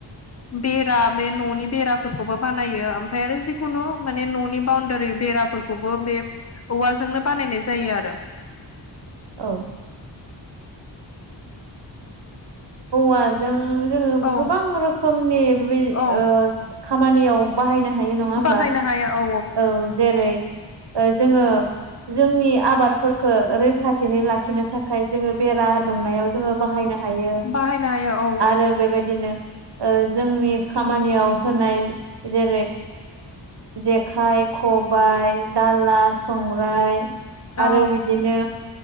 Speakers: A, on the left; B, on the right.
A: बेरा बे न'नि बेराफोरखौबो बानायो ओमफ्राय आरो जिखुनु माने न'नि बाउणडारि बेराफोर खौबो बे औवाजोंनो बानायनाय जायो । आरो
B: औ औवाजों जोङो
A: औ
B: गोबां रोखोमनि बे
A: औ
B: ओ खामानियाव बाहायनो हायो नङा होमबा
A: बाहायनो
B: ।
A: हायो औ
B: औ जेरै ओ जोङो जोंनि आबादफोरखो रैखाथियै लाखिनो थाखाय जोङो बेरा दुंनायाव जोङो बाहायनो हायो ।
A: ाहाय न औ
B: आरो
A: औ
B: बेबायदिनो जोंनि खामानियाव होनाय जेरै जेखाइ, खबायाइ, दाला, संग्राय
A: औ
B: आरो बिदिनो